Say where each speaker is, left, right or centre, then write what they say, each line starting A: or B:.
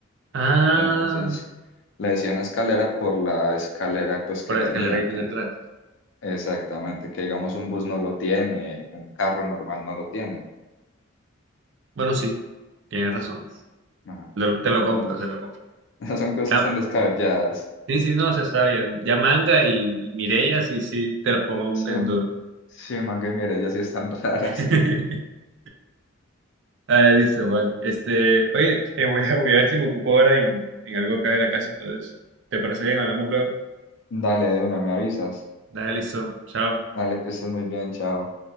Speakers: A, on the right (about 55°); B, on the left (about 60°).
A: Ah,
B: Entonces le decían escalera por la escalera pues que
A: por la
B: tenía,
A: escalera que tiene
B: que
A: atrás.
B: exactamente, que digamos un bus no lo tiene, un carro normal no lo tiene.
A: Bueno, sí, tienes razón.
B: Ajá.
A: Lo- te lo compro,
B: <laughs>
A: te lo compro.
B: Son son cosas
A: Ya.
B: tan descabelladas.
A: Sí, sí, no, se está bien. Ya manga y, y Mireia, sí, sí, te los pongo
B: Sí,
A: en duda.
B: sí, man, que mira, ya sí están <laughs> raras.
A: <laughs> Ah, listo, Juan. Este, oye, eh, voy a, voy a ver si me ocupo ahora en, en algo acá de la casa, entonces, ¿te parece bien? Hablamos luego.
B: Dale, de una, me avisas.
A: Dale, listo. Chao.
B: Dale, que estés muy bien, chao.